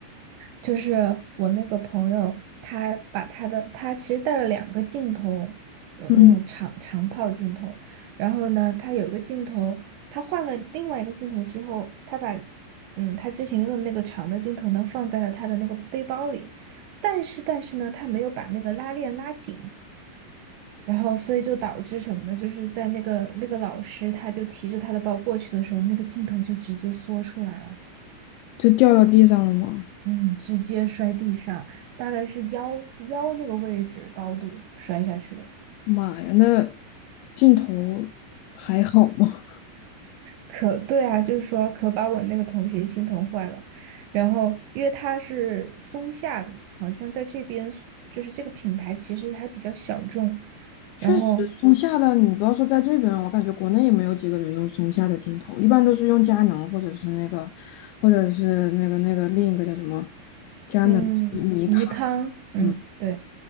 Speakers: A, on the right; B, on the left.
A: 就是我那个朋友，他把他的他其实带了两个镜头，有那种长长炮镜头，
B: 嗯，
A: 然后呢，他有一个镜头，他换了另外一个镜头之后，他把嗯他之前用的那个长的镜头呢放在了他的那个背包里，但是但是呢，他没有把那个拉链拉紧。然后，所以就导致什么呢？就是在那个那个老师，他就提着他的包过去的时候，那个镜头就直接缩出来了。
B: 就掉到地上了吗？
A: 嗯，直接摔地上，大概是腰腰那个位置高度摔下去的。
B: 妈呀，那镜头还好吗？
A: 可对啊，就是说可把我那个同学心疼坏了。然后因为他是松下的嘛，好像在这边就是这个品牌其实还比较小众。
B: 确实，
A: 然后
B: 松下的你不要说在这边，我感觉国内也没有几个人用松下的镜头，一般都是用佳能或者是那个，或者是那个那个另一个叫什么，佳能、
A: 嗯，
B: 尼尼康，
A: 尼康，嗯，
B: 嗯
A: 对